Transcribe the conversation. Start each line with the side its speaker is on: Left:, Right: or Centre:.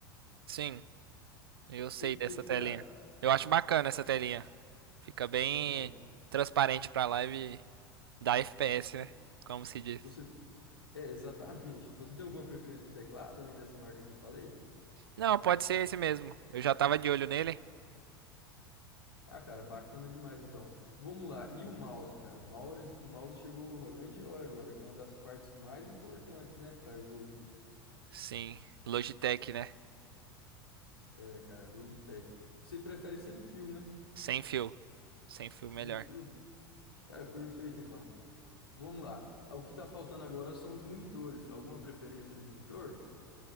Right: Sim, eu sei
Left: O que, que,
Right: dessa
Left: que você
Right: telinha.
Left: acha?
Right: Eu acho bacana essa telinha. Fica bem
Left: Então,
Right: transparente pra live da FPS,
Left: você.
Right: né? Como se diz.
Left: você- É, exatamente. Você tem alguma preferência de teclado, além dessa marca que eu falei?
Right: Não, pode ser esse mesmo. Eu já tava de olho nele.
Left: Ah, cara, bacana demais então. Vamos lá. E o mouse, cara? O mouse, o mouse chegou a grande hora agora, que é uma das partes mais importantes, né, para jogo.
Right: Sim, Logitech, né?
Left: É, cara, Logitech. Você prefere sem fio, né?
Right: Sem fio. Sem fio
Left: Sem
Right: melhor.
Left: fio? Cara, perfeito então. Vamos lá. O que tá faltando agora são os monitores. Alguma preferência de monitor?